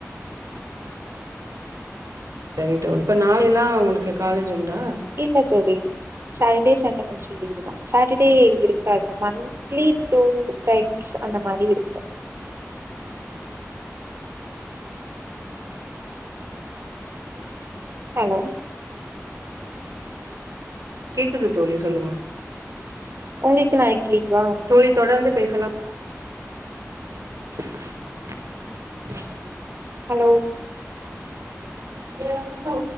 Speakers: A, on the right; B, on the right.
A: செரி தோழ் இப்ப நாளெல்லா உங்களுக்கு காலேஜ் உண்டா
B: இல்ல தோழி சேட்டடே சன்டே மோஸ்லி லீவ் தா சட்டடே இருக்காது மன் ச்ளி டூவ் டைம்ஸ் அந்த மாரி இருக்கு ஹலோ
A: கேக்குது தோழி சொல்லுங்க
B: ஒங்களுக்கு நாளைக் லீவா
A: தோழி தொடர்ந்து பேசலா <inaudible>
B: ஹலோ
A: ஹல்லோ